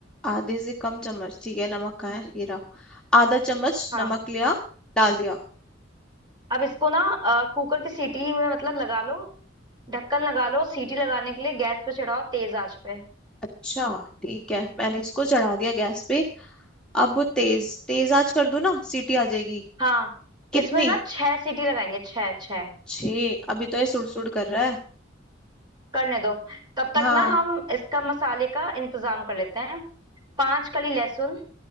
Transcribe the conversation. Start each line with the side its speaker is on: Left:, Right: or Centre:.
Centre: आधे से कम चम्मच ठीक है नमक कहाँ है ये रहा आधा चम्मच
Right: हाँ
Centre: नमक लिया डाल दिया
Right: अब इसको ना अ, कुकर की सीटी में मतलब लगा लो ढक्कन लगा लो सीटी लगाने के लिए गैस पे चढ़ाओ तेज आंच पे
Centre: अच्छा ठीक है मैंने इसको चढ़ा दिया गैस पे अब वो तेज तेज आंच कर दूं ना सीटी आ जाएगी
Right: हाँ
Centre: कितनी
Right: इसमें ना छह सीटी लगाएंगे छह छह
Centre: छः अभी तो ये सुड़ सुड़ कर रहा है
Right: करने दो तब तक
Centre: हाँ
Right: ना हम इसका मसाले का इंतजाम कर लेते हैं पांच कली लहसुन